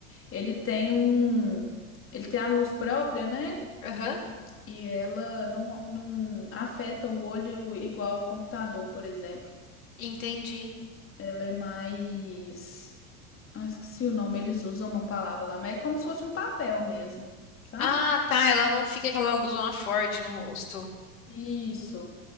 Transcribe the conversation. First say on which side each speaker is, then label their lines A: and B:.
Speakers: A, on the left; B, on the left.
A: Ele tem um, ele tem a luz própria, né?
B: Aham.
A: E ela não, não afeta o olho igual o computador, por exemplo.
B: Entendi.
A: Ela é mais. Ah, esqueci o nome, eles usam uma palavra lá, mas é como se fosse um papel mesmo, sabe?
B: Ah, tá. Ela não fica aquela luzona forte no rosto.
A: Isso,